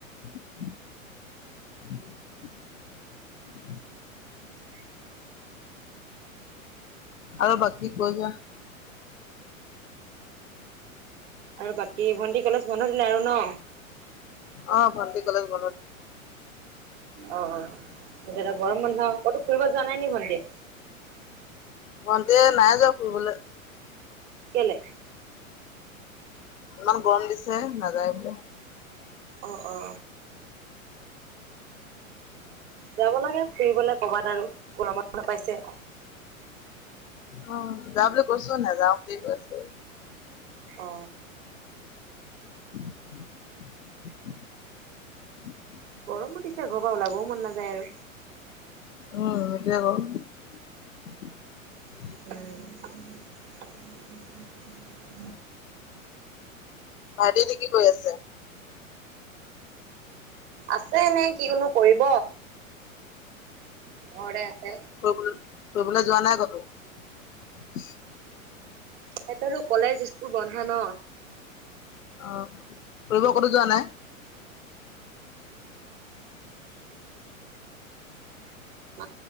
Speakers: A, on the left; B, on the right.
A: <inaudible>
B: উ
A: আৰু বাকী কৈছ
B: আৰু বাকী ভন্টি কলেজ বন্ধ দিলে আৰু ন
A: অ ভণ্টি কলেজ বনে
B: অ এতিয়া এাদা গৰম বন্ধ কতো ফুৰিব যোৱা নাই নি ভণ্টিয়
A: ভন্তে নাই যাও ফুৰিবলৈ
B: কেলে
A: ইমান গৰম দিছে নাযায় বোলে
B: অ অ যাব লাগে ফুৰিবলৈ ক'ৰবাত আৰু গৰমান পাইছে
A: অ যা বুলি কৈছো নাইযাও বুলি কৈ আছে
B: অ
A: <inaudible>
B: ঘ মন দিছে ঘৰ পৰা ওলাবও মন নাযায় আৰু
A: উম এ
B: উম
A: ভাইটি নে কিি কৈ আছে
B: আছে নে কি কোনো কৰিব ঘৰতে আছে।
A: অ ফলৈ ফুৰিবলৈ যোৱা নাই কতো <unintelligible>
B: এটো কলেজ স্কুল বন্ধ ন
A: আহ ফব কতো যোৱা নাই
B: <inaudible>